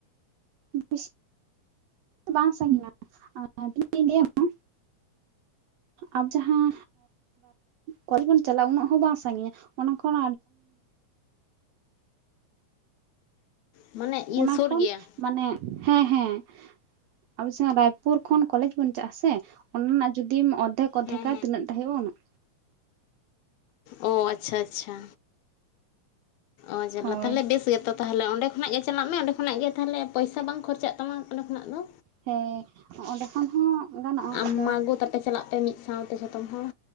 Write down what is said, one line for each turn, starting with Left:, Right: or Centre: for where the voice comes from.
Right: ᱵᱮᱥᱤ ᱫᱚ ᱵᱟᱝ ᱥᱟᱹᱜᱤᱧᱟ ᱦᱮ ᱛᱤᱱᱟᱹᱜ ᱤᱧ ᱞᱟᱹᱭ ᱟᱢᱟ ᱟᱨ ᱡᱟᱦᱟᱸ ᱠᱚᱭ ᱵᱚᱱ ᱪᱟᱞᱟᱜᱼᱟ ᱩᱱᱟᱹᱜ ᱦᱚᱸ ᱵᱟᱝ ᱥᱟᱺᱜᱤᱧᱟ ᱚᱱᱟ ᱠᱷᱚᱱ
Left: ᱢᱟᱱᱮ ᱤᱭᱟᱹ
Right: ᱚᱱᱟ
Left: ᱥᱩᱨ
Right: ᱠᱷᱚᱱ
Left: ᱜᱮᱭᱟ?
Right: ᱢᱟᱱᱮ ᱦᱮᱸ ᱦᱮᱸ ᱟᱵᱚ ᱡᱟᱦᱟᱸ ᱨᱟᱭᱯᱩᱨ ᱠᱷᱚᱱ ᱠᱚᱞᱮᱡᱽ ᱵᱚᱱ ᱪᱟᱜ ᱟ ᱥᱮ ᱚᱱᱟ ᱨᱮᱱᱟᱜ ᱡᱩᱫᱤᱢ ᱚᱨᱫᱷᱮᱠ ᱚᱫᱷᱮᱠᱟ
Left: ᱦᱮᱸ
Right: ᱛᱤᱱᱟᱹᱜ ᱴᱟ ᱦᱩᱭᱩᱭ ᱩᱱᱟᱹᱜ
Left: ᱚ ᱟᱪᱪᱷᱟ ᱟᱪᱪᱷᱟ ᱚᱡᱟᱞᱟ
Right: ᱦᱳᱭ
Left: ᱛᱟᱦᱚᱞᱮ ᱵᱮᱥ ᱜᱮᱛᱚ ᱛᱟᱦᱚᱞᱮ ᱚᱸᱰᱮ ᱠᱷᱚᱱᱟᱜ ᱜᱮ ᱪᱟᱞᱟᱜ ᱢᱮ ᱚᱸᱰᱮ ᱠᱷᱚᱱᱟᱜ ᱜᱮ ᱛᱟᱦᱚᱞᱮ ᱯᱚᱭᱥᱟ ᱵᱟᱝ ᱠᱷᱚᱨᱪᱟᱜ ᱛᱟᱢᱟ ᱚᱸᱰᱮ ᱠᱷᱚᱱᱟᱜ ᱫᱚ
Right: ᱦᱮᱸ ᱚᱸᱰᱮ ᱠᱷᱚᱱ ᱦᱚᱸ ᱜᱟᱱᱚᱜᱼᱟ
Left: ᱟᱢ
Right: ᱟᱫᱚ
Left: ᱢᱟ ᱟᱹᱜᱩ ᱛᱟᱯᱮ ᱪᱟᱞᱟᱜ ᱯᱮ ᱢᱤᱫ ᱥᱟᱶᱛᱮ ᱡᱚᱛᱚᱢ ᱦᱚᱲ